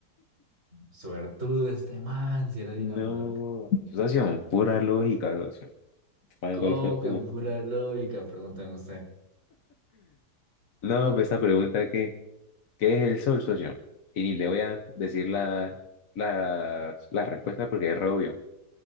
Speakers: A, on the right; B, on the left.
A: suertudo este man si era Dinamarca.
B: No. Socio, pura lógica, socio. ¿Cuál,
A: ¿Cómo
B: cuál fue tu-
A: que pura lógica? Pregúnteme usted.
B: No, pues esta pregunta que, ¿qué es el sol, socio? Y ni le voy a decir la, la, la respuesta porque es re obvio.